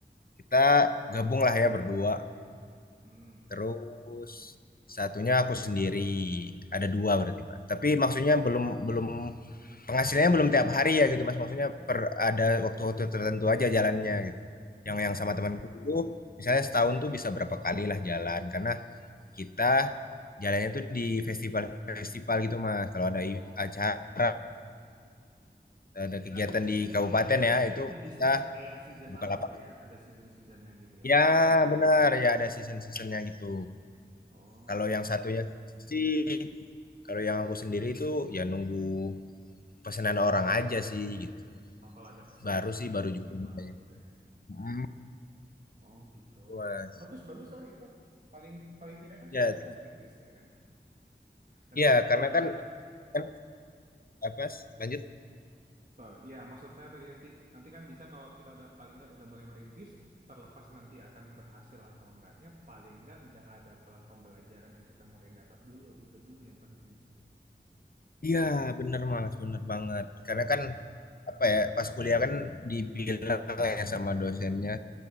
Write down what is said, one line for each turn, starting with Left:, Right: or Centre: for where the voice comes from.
Left: kita gabung lah ya berdua.
Right: hmm.
Left: Terus satunya aku sendiri. Ada dua berarti Mas. Tapi maksudnya belum belum penghasilannya belum tiap hari ya gitu Mas. Maksudnya per ada waktu-waktu tertentu aja jalannya gitu.
Right: Oh,
Left: Yang yang sama temanku itu misalnya setahun tuh bisa berapa kali lah jalan karena kita jalannya tuh di festival-festival gitu Mas. Kalau ada i-
Right: oh,
Left: acara ada
Right: berat
Left: kegiatan
Right: ya.
Left: di kabupaten ya itu
Right: Berarti bisnis
Left: kita
Right: yang kayak seasonal
Left: buka lapak
Right: gitu ya. Ada season-seasonnya gitu ya.
Left: ya benar ya ada season-seasonnya gitu
Right: Oh,
Left: kalau yang satunya sih kalau yang aku sendiri itu ya nunggu pesanan orang aja sih gitu
Right: oh kalau ada pesanan
Left: baru sih
Right: baru
Left: baru
Right: dibuat
Left: juga mulai.
Right: gitu ya.
Left: Hmm,
Right: Oh gitu.
Left: gitu, mas
Right: Bagus bagus lah itu. Paling paling tidak kan
Left: ya
Right: sudah mulai
Left: t-
Right: merintis ya kan. Nanti
Left: ya
Right: kan kita
Left: karena kan kan apa Mas? lanjut
Right: Sorry. Ya, maksud saya tadi nanti nanti kan bisa kalau kita udah paling nggak udah mulai merintis, terlepas nanti akan berhasil atau enggaknya, paling nggak udah ada pel- pembelajaran yang kita mulai dapat dulu. Itu dulu yang penting.
Left: iya benar mas benar
Right: Mm.
Left: banget karena kan apa ya pas kuliah kan dibilang ya sama dosennya